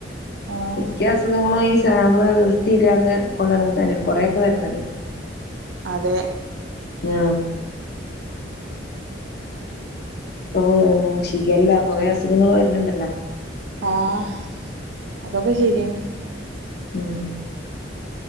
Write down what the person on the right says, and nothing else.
ഏഹ്
അതെ
ഉം
ആഹ അതൊക്കെ ശരിയെന്നെ